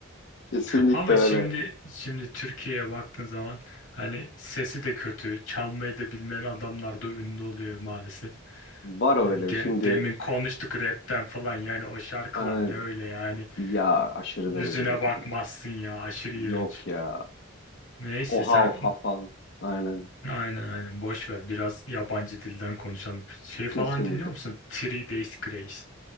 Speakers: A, on the left (about 50°); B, on the left (about 80°).
A: <laughs> Kesinlikle
B: Ama
A: öyle.
B: şimdi şimdi Türkiye'ye baktığın zaman hani sesi de kötü, çalmayı da bilmeyen adamlar da ünlü oluyor maalesef.
A: Var
B: Hani
A: öyle.
B: gene-
A: Şimdi
B: demin konuştuk rapten falan yani o şarkılar
A: e,
B: ne öyle yani
A: ya aşırı
B: yüzüne
A: derecede kötü.
B: bakmazsın ya aşırı iğrenç.
A: Yok ya.
B: Neyse
A: O
B: sen
A: hav hav falan. Aynen.
B: aynen aynen boş ver biraz yabancı dilden konuşalım. Şey falan
A: Kesinlikle.
B: dinliyor musun? Three Days Grace.